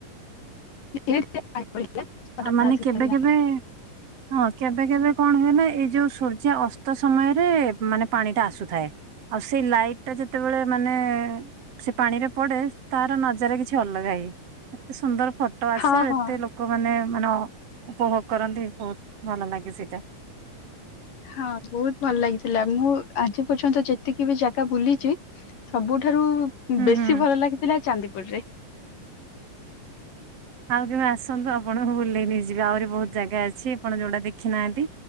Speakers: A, on the left (about 70°); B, on the right (about 45°).
A: <unintelligible>
B: ଆଉ ମାନେ କେବେ କେବେ ହଁ କେବେ କେବେ କଣ ହୁଏ ନା ଏଇ ଯୋଉ ସୂର୍ଯ୍ୟ ଅସ୍ତ ସମୟରେ ମାନେ ପାଣି ଟା ଆସୁଥାଏ। ଆଉ ସେ ଲାଇଟ୍ ଟା ଯେତେବେଳେ ମାନେ ସେ ପାଣି ରେ ପଡେ ତାର ନଜର କିଛି ଅଲଗା ହେଇ ଏତେ ସୁନ୍ଦର ଫ ଫୋଟ ଆସେ
A: ହଁ
B: ଆଉ
A: ହଁ
B: ଏତେ ଲୋକମାନେ ମାନେ ଉପଭୋଗ କରନ୍ତି ବହୁତ ଭଲ ଲାଗେ ସେଇଟା।
A: ହଁ ବହୁତ ଭଲ ଲାଗିଥିଲା ମୁଁ ଆଜି ପର୍ଯ୍ୟନ୍ତ ଯେତିକି ବି ଜାଗା ବୁଲିଛି ସବୁଠାରୁ
B: ହୁଁ
A: ବେଶୀ
B: ହୁଁ।
A: ଭଲ ଲାଗିଥିଲା ଚାନ୍ଦିପୁର ରେ।
B: ଆଉ କେବେ ଆସନ୍ତୁ ଆପଣ ବୁଲେଇ ନେଇ ଯିବି ଆହୁରି ବହୁତ ଜାଗା ଅଛି ଆପଣ ଯୋଉଡା ଦେଖିନାହାନ୍ତି।